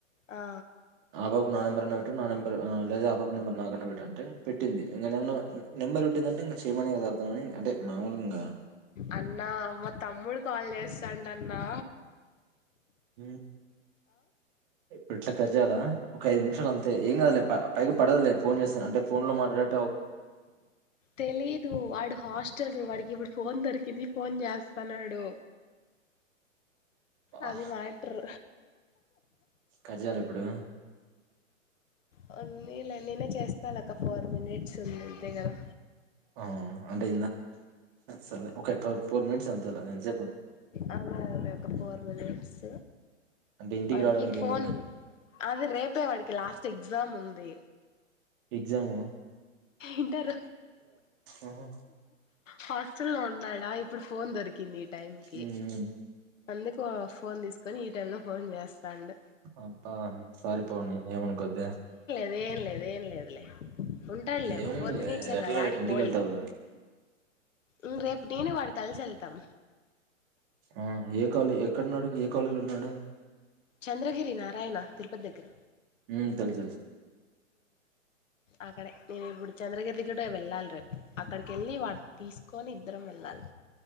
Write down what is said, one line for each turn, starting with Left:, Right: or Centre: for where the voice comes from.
Left: ఆ
Right: అవ్వ కి నా నెంబరన్న పెట్టు నా నెంబర్దా లేదా అవ్వ కి పెట్టు అంటే పెట్టింది ఇంకా నెంబర్ పెట్టిందంటే ఇంకా చేయమనే కద అర్థమని అంటే మామూలుంగా
Left: అన్నా మా తమ్ముడు కాల్ చేస్తాండు అన్నా
Right: హ ఇప్పు ఇట్లా కట్ జయల ఒక ఐదు నిమిషాలు అంతే ఏం కదలే పై పడదులే ఫోన్ చేస్తాను అంట ఫోన్ లో మాట్లాడే
Left: తెలీదు వాడు హాస్టల్ వాడికి ఇప్పుడు ఫోన్ దొరికి ది ఫోన్ చేస్తాన్నాడు.
Right: అబ్బా
Left: అది మ్యాటర్
Right: కట్ జేయాల ఇప్పుడు
Left: అ పోనీ లే నేనే చేస్తాను ఒక ఫోర్ మినిట్స్ ఉంది అంతే కదా
Right: ఆ అంటే సరే ఒక ఫోర్ మినిట్స్ అంత ఎంత సేపు
Left: అదే అదే ఫోర్ మినిట్స్
Right: అంటే ఇంటికి
Left: వాడికి
Right: రావడానికి
Left: ఫోన్
Right: ఏముంది
Left: అదే రేపే వాడికి లాస్ట్ ఎగ్జామ్ ఉంది
Right: ఎగ్జామా
Left: ఇంటర్
Right: ఆహా
Left: హాస్టల్ లో ఉంటాడు ఆ ఇప్పుడు ఫోన్ దొరికింది ఈ టైంకి
Right: ఉమ్ ఉమ్
Left: అందుకు ఫోన్ తీసుకొని ఈ టై లో ఫోన్ చేస్తాండు
Right: అబ్బా సారి పావని ఏమనుకోద్దే
Left: ఏం లేదు ఏం లేదు లే ఉంటాడలే ఒక
Right: ఏముందిలే
Left: ఫోర్ మినిట్స్ ఏ
Right: ఎట్లా
Left: కద యాడికి
Right: రేపు ఇంటికెళ్తావుగా
Left: పోడు లే ఇం రేపు నేను వాడు కలిసి వెళ్తాం.
Right: ఆ ఏ కాలేజ ఎక్కడన్నాడు ఏ కాలేజీలో ఉన్నాడు
Left: చంద్రగిరి నారాయణ తిరుపతి దగ్గర
Right: ఉమ్ తెలుసు తెలుసు
Left: అక్కడ నేను ఇప్పుడు చంద్రగిరికి ఇక్కడే వెళ్ళాలి రేపు అక్కడికి వెళ్ళి వాడు తీసుకొని ఇద్దరం వెళ్ళాలి